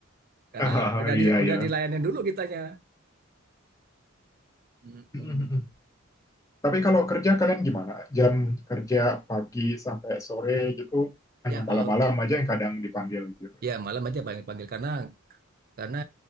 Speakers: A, on the right; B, on the left.
A: karena
B: Ah,
A: udah
B: iya
A: di, udah
B: ya
A: dilayanin dulu kitanya. Mm-mm.
B: <laughs> tapi
A: Iya.
B: kalau kerja kalian gimana jam kerja pagi sampai sore gitu hanya
A: Ya kalau
B: malam-malam aja yang kadang dipanggil gitu
A: Ya malam aja banyak panggil karena karena